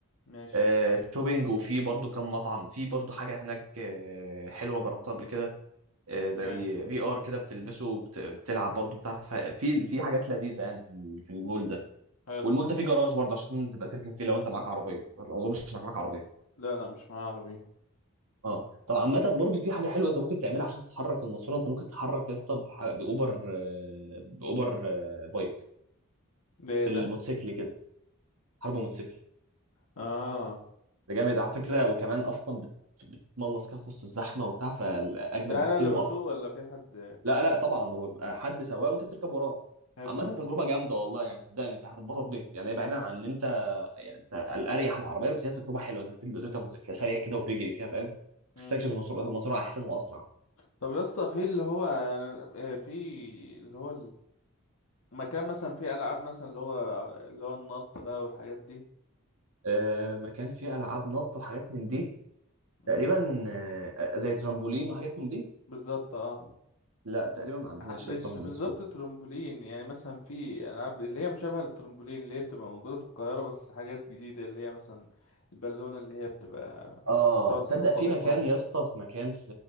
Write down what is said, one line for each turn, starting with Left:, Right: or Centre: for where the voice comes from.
Left: ماشي
Right: آه شوبينج وفي برضو كم مطعم في برضو حاجة هناك آه حلوة جربتها قبل كده آه، زي
Left: ايه
Right: في ار كده بتلبسه وبت- بتلعب برضه بتاع ف- في في حاجات لذيذه يعني في في المول ده
Left: حلو
Right: والمول ده فيه جراج برضه عشان تبقى تركن فيه لو انت معاك عربيه ما اظنش انك معاك عربيه
Left: لا لا مش معايا عربية
Right: اه طب عامه برضه في حاجه حلوه انت ممكن تعملها عشان تتحرك في الماسوره انت ممكن تتحرك يا اسطى بح- باوبر آه، باوبر آه، بايك
Left: ده ايه
Right: بالموتوسيكل
Left: ده
Right: كده حرب موتوسيكل
Left: اه
Right: ده جامد على فكره وكمان اصلا بت- بتملص كده في وسط الزحمه وبتاع فاجمد
Left: ده
Right: بكتير
Left: انا اللي بسوق ولا في حد
Right: لا لا طبعا هو بيبقى حد سواق وانت بتركب وراه
Left: حلو
Right: عامة
Left: ده
Right: تجربة جامدة والله يعني صدقني انت هتتبسط بيها يعني هي بعيدا عن ان انت يعني انت الاريح العربية بس هي تجربة حلوة انك تبقى تركب موتوسيكل سريع كده وبيجري كده فاهم
Left: مم.
Right: تستكشف المسار المسار احسن واسرع
Left: طب يا اسطى في اللي هو أنا- آه، في اللي هو المكان مثلا فيه العاب مثلا اللي هو اللي هو النط بقى والحاجات دي
Right: آه مكان فيه العاب نط وحاجات من دي
Left: مم.
Right: تقريبا آه زي ترامبولين وحاجات من دي
Left: بالظبط اه
Right: لا تقريبا ما عندناش
Left: ع- مش
Right: يا اسطى في
Left: بالظبط
Right: المنصورة
Left: ترمبولين يعني مثلا في العاب اللي هي مشابهه للترمبولين اللي هي بتبقى موجوده في القاهره بس حاجات جديده اللي هي مثلا البالونه اللي هي بتبقى
Right: اه
Left: بتقعد
Right: صدق
Left: تخبطوا
Right: في مكان
Left: في بعض
Right: يا اسطى في مكان في